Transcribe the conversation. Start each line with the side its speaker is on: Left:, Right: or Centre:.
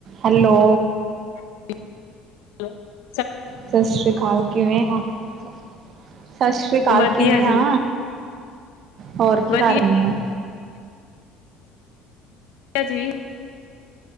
Right: ਹੈਲੋ
Left: ਹੈਲ
Right: ਸਤਿ ਸ੍ਰੀ ਅਕਾਲ ਕਿਵੇਂ ਆ ਸਤਿ ਸ੍ਰੀ ਅਕਾਲ
Left: ਵਧੀਆ
Right: ਕਿਵੇਂ
Left: ਜੀ,
Right: ਆ ਹੋਰ ਕੀ
Left: ਵਧੀਆ
Right: ਕਰਨੀ ਹੈ
Left: ਜੀ